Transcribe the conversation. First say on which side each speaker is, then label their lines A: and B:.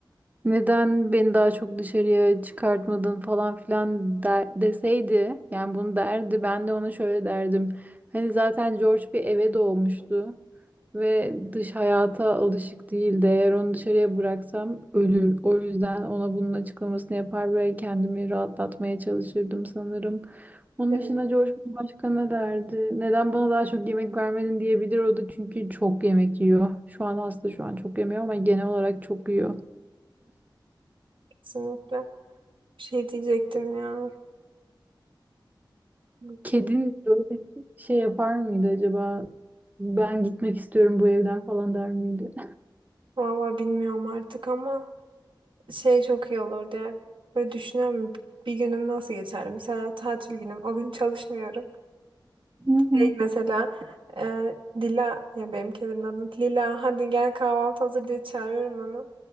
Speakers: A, on the right; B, on the right.
A: neden beni daha çok dışarıya çıkartmadın falan filan der, deseydi yani bunu derdi ben de ona şöyle derdim. Hani zaten George bir eve doğmuştu ve dış hayata alışık değildi. Eğer onu dışarıya bıraksam ölür. O yüzden ona bunun açıklamasını yapar ve kendimi rahatlatmaya çalışırdım sanırım. Onun
B: Evet.
A: dışında George başka ne derdi? Neden bana daha çok yemek vermedin diyebilir o da çünkü çok yemek yiyor. Şu an hasta şu an çok yemiyor ama genel olarak çok yiyor.
B: Kesinlikle. Bir şey diyecektim ya. Unuttum.
A: Kedin böyle şey yapar mıydı acaba? Ben gitmek istiyorum bu evden falan der miydi?
B: Vallahi bilmiyorum artık ama. Şey çok iyi olurdu ya. Böyle düşünüyorum bir günüm nasıl geçer. Mesela tatil günüm. O gün çalışmıyorum.
A: Hı hı.
B: Şey mesela e, Dila ya benim kedimin adı Lila hadi gel kahvaltı hazır diye çağırıyorum onu.